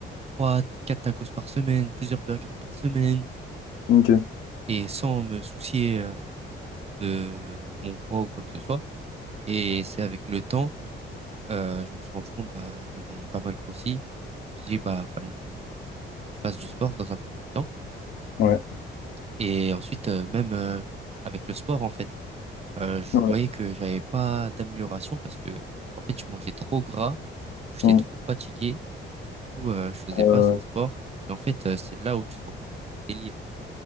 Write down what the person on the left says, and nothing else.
ok,
ouais,
ouais,
mm,
euh,